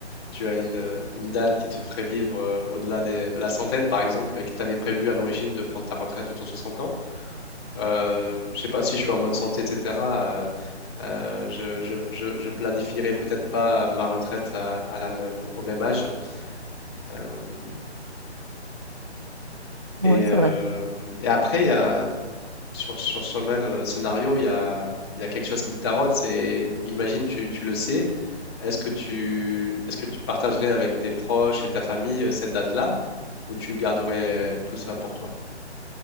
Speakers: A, on the left; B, on the right.
A: tu as une, euh, une date qui te ferait vivre euh, au-delà des- de la centaine, par exemple, et que tu avais prévu à l'origine de prendre ta retraite autour de 60 ans, euh, je sais pas si je suis en bonne santé, etc. euh, euh, je, je, je, je planifierai peut-être pas ma retraite à, à la même, au même âge. Euh, et,
B: Oui,
A: euh,
B: c'est vrai.
A: et après, il y a, sur, sur ce même scénario, il y a, il y a quelque chose qui me taraude, c'est, imagine, tu, tu le sais, est-ce que tu, est-ce que tu partagerais avec tes proches et ta famille euh, cette date-là, ou tu garderais euh, tout ça pour toi?